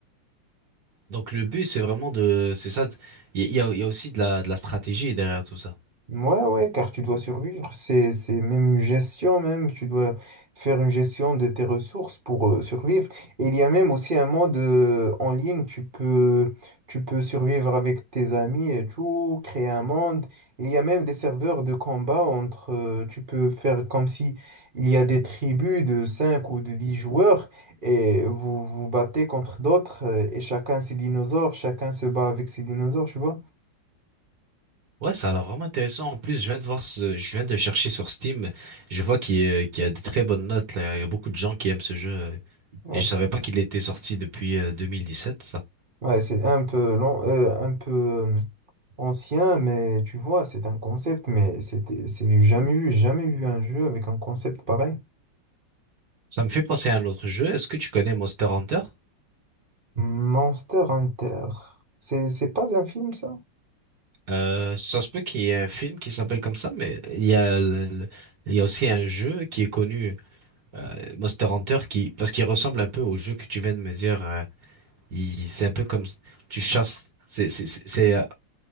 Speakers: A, on the right; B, on the right.
A: Donc le but c'est vraiment de, c'est ça. Il y a, il y a il y a aussi de la de la stratégie derrière tout ça.
B: Ouais, ouais, car tu dois survivre, c'est, c'est même une gestion même, tu dois faire une gestion de tes ressources pour euh, survivre. Et il y a même aussi un monde euh, en ligne, tu peux, tu peux survivre avec tes amis et tout, créer un monde. Il y a même des serveurs de combat entre, euh, tu peux faire comme si il y a des tribus de 5 ou de 10 joueurs et vous vous battez contre d'autres euh, et chacun ses dinosaures, chacun se bat avec ses dinosaures, tu vois.
A: Ouais, ça a l'air vraiment intéressant. En plus, je viens de voir, ce- je viens de chercher sur Steam. Je vois qu'il y a qu'il y a des très bonnes notes là. Il y a beaucoup de gens qui aiment ce jeu. euh,
B: Ouais,
A: Et je savais pas qu'il était sorti depuis euh, 2017, ça.
B: Ouais, c'est un peu lent, euh, un peu euh, ancien, mais tu vois, c'est un concept, mais c'était, c'est du jamais vu, jamais vu un jeu avec un concept pareil.
A: Ça me fait penser à un autre jeu. Est-ce que tu connais Monster Hunter?
B: Monster Hunter. C'est, c'est pas un film, ça?
A: Euh, ça se peut qu'il y ait un film qui s'appelle comme ça, mais il y a, le- le- il y a aussi un jeu qui est connu, euh, Monster Hunter, qui, parce qu'il ressemble un peu au jeu que tu viens de me dire. euh, il- c'est un peu comme tu chasses. C'est c'est- c'est- c'est,